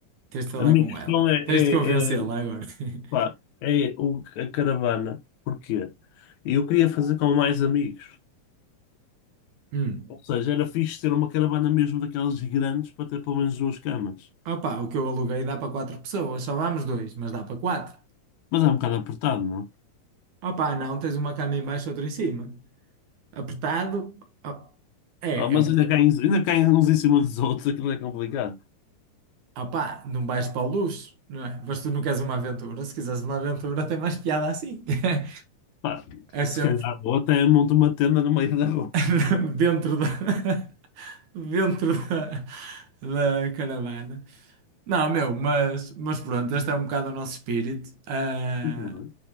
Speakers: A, on the right (about 65°); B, on the left (about 65°).
A: Tens de falar
B: A minha
A: com
B: questão
A: ela.
B: é,
A: Tens
B: é,
A: de convencê-la
B: é,
A: agora. <laughs>
B: pá, é o, a caravana. Porquê? Eu queria fazer com mais amigos.
A: Hum.
B: Ou seja, era fixe ter uma caravana mesmo daquelas grandes para ter pelo menos duas camas.
A: Opa, o que eu aluguei dá para quatro pessoas, só vamos dois, mas dá para quatro.
B: Mas é um bocado apertado, não?
A: Opa, não, tens uma cama em baixo, outra em cima. Apertado, op- é,
B: Ah, mas
A: é um
B: ainda
A: boca-
B: caem, ainda caem uns em cima dos outros, aquilo é complicado.
A: Opa, não vais para o luxo, não é? Mas tu não queres uma aventura. Se quiseres uma aventura, tem mais piada assim. <laughs>
B: Pá,
A: É sempre
B: se calhar ou até monto uma tenda no meio da rua.
A: <laughs> dentro da, <laughs> dentro da, da caravana. Não, meu, mas, mas pronto, este é um bocado o nosso espírito. Ah,
B: E tudo, né?